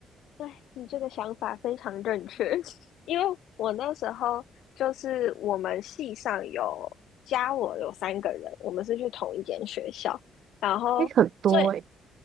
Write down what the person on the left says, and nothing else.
对，你这个想法非常正确，<laughs> 因为我那时候就是我们系上有加我有三个人，我们是去同一间学校，然后最